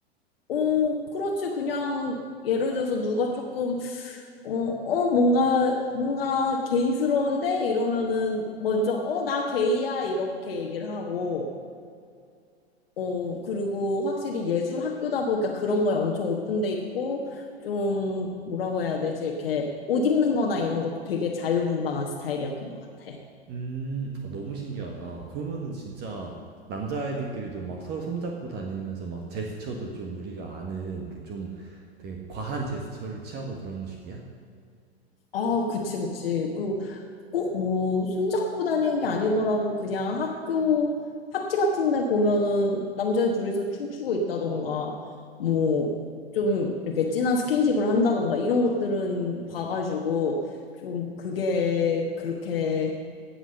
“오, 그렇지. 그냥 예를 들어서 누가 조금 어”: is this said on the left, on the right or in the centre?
Left